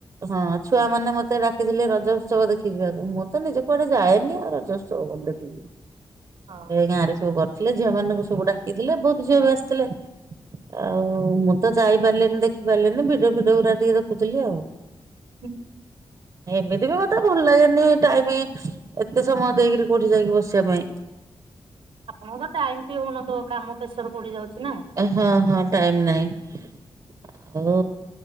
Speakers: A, on the right (about 45°); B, on the right (about 80°).
A: ହଁ ଛୁଆମାନେ ମତେ ଡ଼ାକିଥିଲେ ରଜ ଉତ୍ସବ ଦେଖିଯିବାକୁ ମୁଁ ତ ନିଜ କୁଆଡ଼େ ଯାଏନି ଆଉ ରଜ ଉତ୍ସବ କ ଦେଖି
B: ହଁ
A: ଏ ଗାଁ ରେ ସବୁ କରିଥିଲେ ଝିଅ ମାନଙ୍କୁ ସବୁ ଡ଼ାକିଥିଲେ ବହୁତ ଝିଅ ବି ଆସିଥିଲେ। ଆଉ ମୁଁ ତ ଯାଇପାରିଲିନି ଦେଖି ପାରିଲିନି ଭିଡ଼ିଓ ଫିଡ଼ିଓ ଗୁୁରା ଟିକେ ଦେଖୁଥିଲି ଆଉ।
B: ହୁଁ।
A: ଏମିତି ବି ମତେ ଭଲ ଲାଗେନି ଟାଇମ ଏତେ ସମୟ ଦେଇକିରି କୋଉଠି ଯାଇକି ବସିବା ପାଇଁ।
B: ଆପଣଙ୍କୁ ତ ଟାଇମ ବି ହଉନଥିବ କାମ ପେସର ପଡ଼ି ଯାଉଛି ନା।
A: ହଁ ହଁ ଟାଇମ୍ ନାହିଁ। ଆଉ